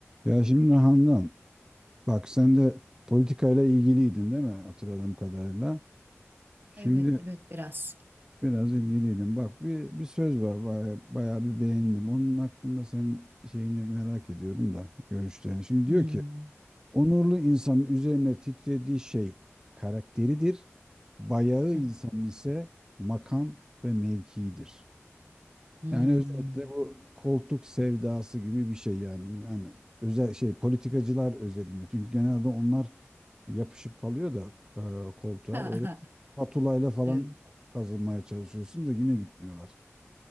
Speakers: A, on the right (about 15°); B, on the right (about 50°).
A: Ya şimdi Handan, bak sen de politikayla ilgiliydin değil mi hatırladığım kadarıyla? Şimdi
B: Evet, evet biraz.
A: biraz ilgiliydin. Bak bir, bir söz var bayağı, bayağı bir beğendim. Onun hakkında senin şeyini merak ediyorum da görüşlerini. Şimdi
B: Hmm.
A: diyor ki onurlu insanın üzerine titrediği şey karakteridir. Bayağı
B: Hı.
A: insanın ise makam ve mevkiidir.
B: Hmm.
A: Yani özetle bu koltuk sevdası gibi bir şey yani. Bir- Yani özel şey politikacılar özelinde. Çünkü genelde onlar yapışıp kalıyor da e, koltuğa
B: <laughs>
A: böyle patulayla falan
B: Evet.
A: kazılmaya çalışıyorsun da yine gitmiyorlar.